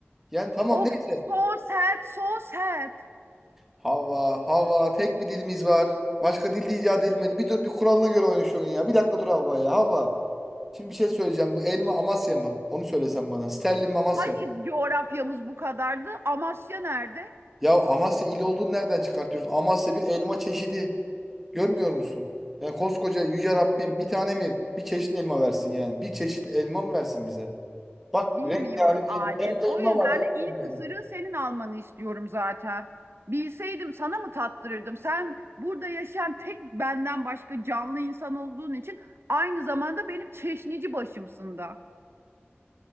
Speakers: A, in the centre; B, on the right.
A: Yani tamam
B: Of
A: neyse.
B: so sad, so sad.
A: Havva, Havva tek bir dilimiz var. Başka dil de icat edilmedi. Bir dur bir kuralına göre oyna şu oyunu ya. Bir dakika dur Havva ya. Havva. Şimdi bir şey söyleyeceğim. Bu elma Amasya mı? Onu söylesen bana. Sterlin mi Amasya
B: Hani
A: mı?
B: coğrafyamız bu kadardı? Amasya nerede?
A: Ya Amasya il olduğunu nereden çıkartıyorsun? Amasya bir elma çeşidi. Görmüyor musun? Yani koskoca yüce Rabbim bir tane mi bir çeşit mi elma versin yani? Bir çeşit elma mı versin bize? Bak
B: Bilmiyorum
A: rengarenk
B: Adem.
A: el- hem de
B: O
A: elma
B: yüzden
A: var ya
B: de ilk
A: hem de elma.
B: ısırığı senin almanı istiyorum zaten. Bilseydim sana mı tattırırdım? Sen burada yaşayan tek benden başka canlı insan olduğun için aynı zamanda benim çeşnici başımsın da.